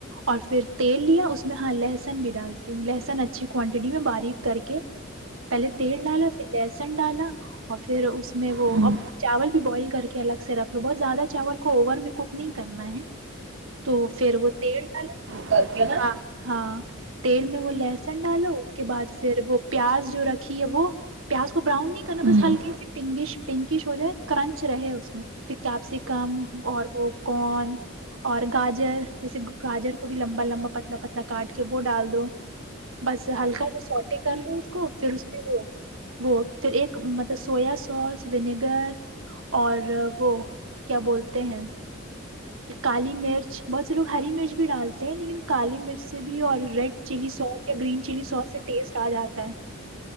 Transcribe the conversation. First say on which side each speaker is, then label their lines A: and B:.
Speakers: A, on the right (about 80°); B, on the right (about 60°).
A: اور پھر تیل لیا اس میں ہاں لہسن بھی ڈالتی ہوں لہسن اچھی کوانٹٹی میں بال کر کے پہلے تیل ڈالا پھر لہسن ڈالا اور پھر اس میں وہ
B: ہوں
A: چاول بھی بوائل کر کے الگ سے رکھ لو بہت زیادہ چاول کو اوون میں کوک نہیں کرنا ہے تو پھر وہ تیل ڈالا
B: کرتی ہے نا
A: ہاں ہاں تیل میں وہ لہسن ڈالو اس کے بعد پھر وہ پیاز جو رکھی ہے وہ پیاز کو براؤن نہیں کرنا
B: ہوں
A: بس ہلکی سی پنگش پنکش ہو جائے کرنچ رہے اس میں پھر کیپسیکم اور وہ کن اور گاجر جیسے گاجر کو بھی لمبا لمبا پتلا پتلا کاٹ کے وہ ڈال دو بس ہلکا سا سٹ کر لو اس کو پھر اس میں وہ وہ پھر ایک مطلب سویا سوس ونیگر اور وہ کیا بولتے ہیں کالی مرچ بہت سے لوگ ہری مرچ بھی ڈالتے ہیں لیکن کالی مرچ سے بھی اور ریڈ چلی سوس یا گرین چلی سوس سے ٹیسٹ آ جاتا ہے